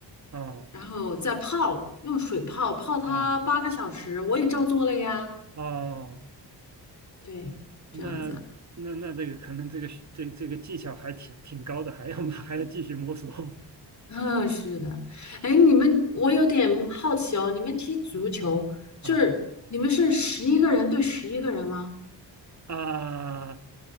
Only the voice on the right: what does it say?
哦
哦
哦，
那那那这个可能这个这这个技巧还挺挺高的，
还要还要继续摸索
<laughs> 啊啊